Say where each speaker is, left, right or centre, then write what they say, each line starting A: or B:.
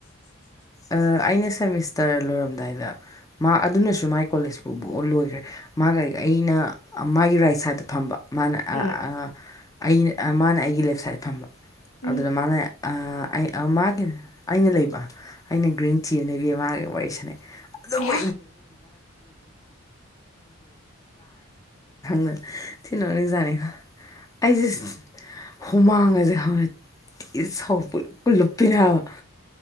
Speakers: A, on the left; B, on the left.
A: ꯑ ꯑꯩꯅ ꯁꯃꯤꯁ ꯇꯔ ꯂꯣꯏꯔꯝꯗꯥꯏꯗ ꯃꯥ ꯑꯗꯨꯅꯁꯨ ꯃꯥꯏ ꯀꯣꯂꯦꯖ ꯄꯨꯨꯕ ꯂꯣꯏꯈ꯭ꯔꯦ ꯃꯥꯒ ꯑꯩꯅ ꯃꯥꯒꯤ ꯔꯥꯏꯠ ꯁꯥꯏꯠꯇ ꯐꯝꯕ ꯃꯥꯅ
B: ꯎꯝ
A: ꯑꯥ ꯑꯥ ꯑꯩꯅ ꯃꯥꯅ ꯑꯩꯒꯤ ꯂꯦꯞ ꯁꯥꯏꯠ ꯐꯝꯕ ꯑꯗꯨꯗ
B: ꯎꯝ
A: ꯃꯥꯅ <unintelligible> ꯃꯥꯒꯤ ꯑꯩꯅ ꯂꯩꯕ ꯑꯩꯅ ꯒ꯭ꯔꯤꯟ <unintelligible> ꯃꯒ ꯑꯩꯒ ꯋꯥꯔꯤ ꯁꯥꯟꯅꯩ ꯑꯗꯨꯕꯨ
B: ꯑꯩꯍꯥ
A: <unintelligible> ꯊꯤꯅ ꯅꯣꯛꯅꯤꯡꯖꯥꯠꯅꯤ ꯑꯩꯁꯦ ꯍꯨꯃꯥꯡꯒꯁꯦ ꯍꯧꯔ ꯄꯨꯂꯨꯞ ꯂꯨꯞꯄꯤꯅꯦꯕ